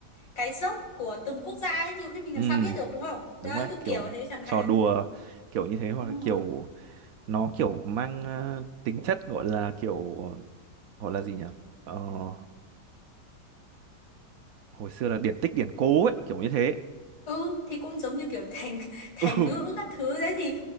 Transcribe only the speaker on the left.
cái dốc của từng quốc gia ấy nhiều khi mình
làm sao biết được đúng không?
Đấy
kiểu
kiểu thế chẳng
hạn.
Đúng
rồi.
Ừ thì cũng giống như kiểu thành <laughs> thành
ngữ các thứ đấy thì